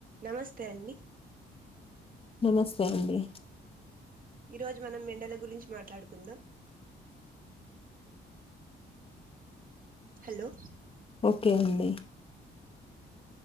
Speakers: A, on the right; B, on the left.
A: నమస్తే అండి
B: నమస్తే అండి
A: ఈ రోజు మనం మెండల గురించి మాట్లాడుకుందాం హలో
B: ఓకే అండి